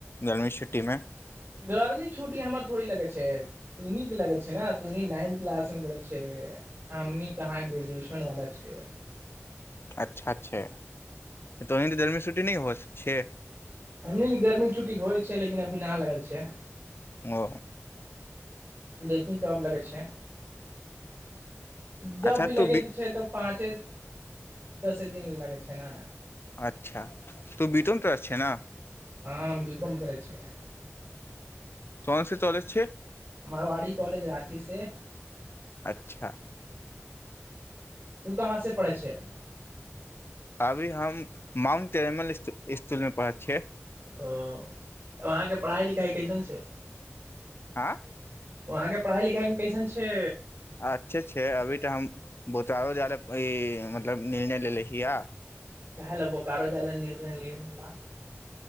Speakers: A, on the left; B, on the right.
A: गर्मी छुट्टीमे
B: गर्मी छुट्टी हमरा थोड़ी लगै छै तुनी लगै छै ने तुनि नाइन्थ क्लासमे पढ़ै छै हमनी कहाँ ग्रेजुएशनवला छै
A: अच्छा छइ तोंइ के दर्मी छुट्टी नई होइ छै
B: हमनी के गर्मी छुट्टी होइ छै लेकिन अभी ना लगै छै
A: ओ
B: देखि कब लगै छैेइ जब
A: अच्छा
B: भी लगे
A: तू बी
B: ते छै तऽ पाँचे दसे दिन ले लाग छैना
A: अच्छा तूऽ बीतम तरै छै ना
B: हँ बी कॉम करै छिय
A: तोनसे तौलेज छै
B: मारवाड़ी कॉलेज राँची से
A: अच्छा
B: तू कहाँ से पढ़ै छे
A: अभी हम माउंट एरमल इस इसकुलमे पढ़ैत छियै
B: ओ अहाँके पढ़ाइ लिखाइ कइसन छै
A: आँ
B: वहाँके पढ़ाइ लिखाइमे कैसन छै
A: अच्छे छै अभी तऽ हम बोतारो जाय लेल ई मतलब निर्णय लेलेे छहए
B: कह ल बो कारो जा ल निर्णय लिए का